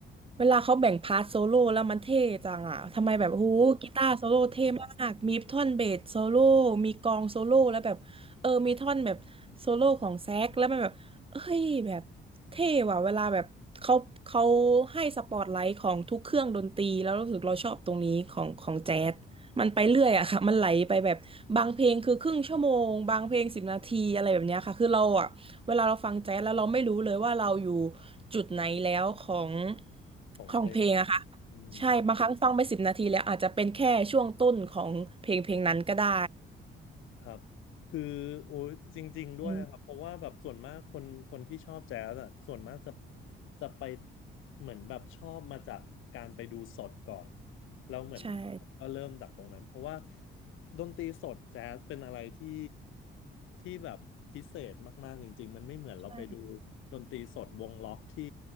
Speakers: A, on the right; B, on the left.
A: เวลาเขาแบ่งพาร์ทโซโล่แล้วมันเท่จังอ่ะทำไมแบบหูกีตาร์โซโล่เท่มากมีท่อนเบสโซโล่มีกลองโซโล่แล้วแบบเออมีท่อนแบบโซโล่ของแซกแล้วมันแบบเอ้ยแบบ เท่ว่ะเวลาแบบเขาเขาให้สปอตไลท์ของทุกเครื่องดนตรีแล้วรู้สึกเราชอบตรงนี้ของของแจ๊สมันไปเรื่อยอะค่ะมันไหลไปแบบบางเพลงคือครึ่งชั่วโมงบางเพลงสิบนาทีอะไรแบบเนี้ยค่ะคือเราอะเวลาเราฟังแจ๊สแล้วเราไม่รู้เลยว่าเราอยู่จุดไหนแล้วของ
B: ของเพลง
A: ของเพลงอะค่ะ
B: อืม
A: ใช่บางครั้งฟังไปสิบนาทีแล้วอาจจะเป็นแค่ช่วงต้นของเพลงเพลงนั้นก็ได้
B: ครับคือโอ้ยจริงๆด้วยครับเพราะว่าแบบส่วนมากคนคนที่ชอบแจ๊สอะส่วนมากจะ
A: อืม
B: จะไปเหมือนแบบชอบมาจากการไปดูสดก่อนแล้วเหมือน
A: ใช่
B: ก็เริ่มจากตรงนั้นเพราะว่าดนตรีสดแจ๊สเป็นอะไรที่ที่แบบพิเศษมากๆจริงๆมันไม่เหมือนเราไปดู
A: ใช่
B: ดนตรีสดวงล็อกที่